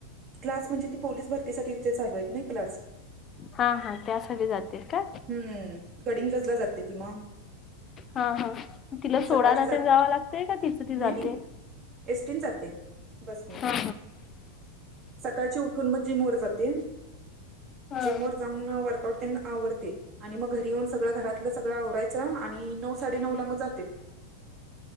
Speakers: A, on the right (about 30°); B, on the left (about 25°).
A: क्लास म्हणजे ती, पोलीस भरतीसाठी तिथ चालू आहेत ना क्लास
B: हा हा त्यासाठी जाते काय
A: हम्म, गडिंग्लजला जाते ती मग
B: हा हा तिला सोडायला
A: सकाळची जात
B: तेन जावं लागतय का तिचं ती
A: नाही
B: जाते
A: नाही एसटीन जाते बसने
B: हा
A: सकाळची उठून मग, जिम वर जाते,
B: हा
A: जिम वर जाऊन वर्कआउट तेन आवरते आणि मग घरी येऊन सगळं घरातलं सगळं आवरायचं आणि नऊ साडे नऊ ला मग जाते